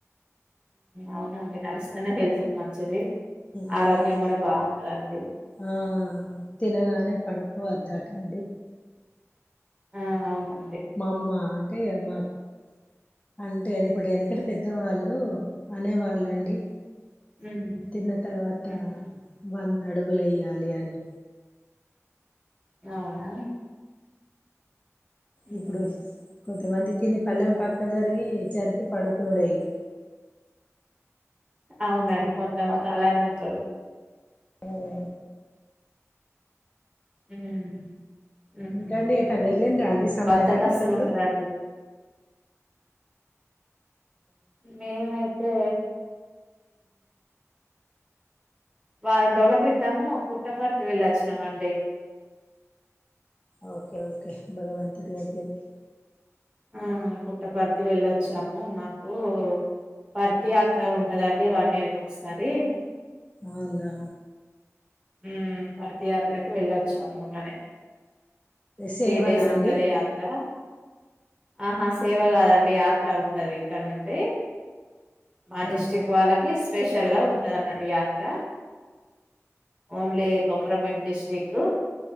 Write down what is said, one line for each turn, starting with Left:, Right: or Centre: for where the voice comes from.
Right: అవునండి నడుస్తేనే హెల్త్ కు మంచిది
Left: బోధన
Right: ఆరోగ్యం
Left: చే
Right: కూడా బాగుంటదండి
Left: ఆ తినగానే పడుకు వద్దటండి.
Right: ఆ అవునా
Left: మామ్మ అంటే మాకు అంటే ఇప్పుడు వెనకడ పెద్దవాళ్ళు అనేవాళ్ళు అండి
Right: ఉమ్
Left: తిన్న తర్వాత
Right: ఉహు
Left: వ అడుగులెయ్యాలనీ
Right: అవునా ఉహు
Left: ఇప్పుడు కొంతమంది తిని పల్లెం పక్క జరిగి జరిపి పడుకునుడె ఇగ
Right: అవునండి కొంతమంది అలానే ఉంటరు
Left: సరే
Right: హ్మ్ ఉ
Left: ఇంకండి ఎటన్న వెళ్ళిండ్రా అండి సమ
Right: బద్దకస్తులు
Left: ఎండాకాలంలో
Right: ఉంటరండి మేమైతే వారం రోజుల క్రితము పుట్టపర్తి వెళ్ళొచ్చినమండి
Left: ఓకే ఓకే భగవంతుడి దగ్గరికి
Right: ఆ పుట్టపర్తి వెళ్ళొచ్చాము మాకు పర్తి యాత్ర ఉంటదండి వన్ ఇయర్ కి కొకసారి
Left: అవునా
Right: ఉమ్ పర్తి యాత్రకు వెళ్లొచ్చా మొన్ననే
Left: సేవనా
Right: త్రీ డేస్
Left: అండి
Right: ఉంటది యాత్ర ఆహా సేవ గాదండి యాత్ర ఉంటది ఇక్కడ్నుండి మా డిస్ట్రిక్ట్
Left: ఆహా
Right: వాళ్లకి స్పెషల్ గా ఉంటది అన్నట్టు యాత్ర only Komaram Bheem district